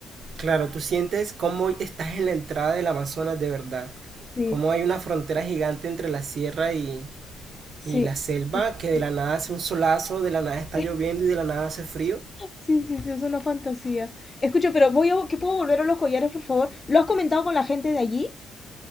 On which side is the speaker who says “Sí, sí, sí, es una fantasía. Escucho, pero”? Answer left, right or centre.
Left